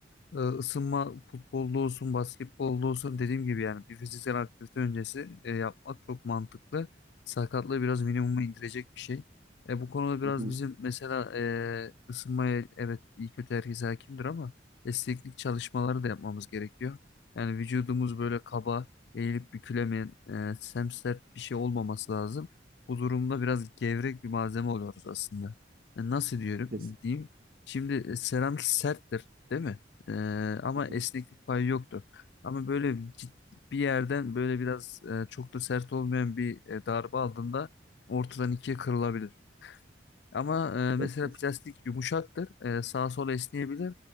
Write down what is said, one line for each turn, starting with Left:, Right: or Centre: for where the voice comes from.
Left: e, ısınma futbolda olsun, basketbolda olsun dediğim gibi yani bir fiziksel aktivite öncesi e, yapmak çok mantıklı. Sakatlığı biraz minimuma indirecek bir şey. E, bu konuda biraz
Right: Hı hı.
Left: bizim mesela e, ısınmaya evet iyi kötü herkes hakimdir ama esneklik çalışmaları da yapmamız gerekiyor. Yani vücudumuz böyle kaba, eğilip bükülemeyen, e, semsert bir şey olmaması lazım. Bu durumda biraz gevrek bir malzeme oluyoruz aslında. E, nasıl diyorum
Right: Kes.
Left: diyeyim. Şimdi e, seramik serttir, değil mi? Ee, ama
Right: Hı hı.
Left: esneklik payı yoktu. Ama böyle cid- bir yerden böyle biraz e, çok da sert olmayan bir e, darbe aldığında ortadan ikiye kırılabilir. Ama e, mesela
Right: Ya kes.
Left: plastik yumuşaktır. E, sağa sola esneyebilir.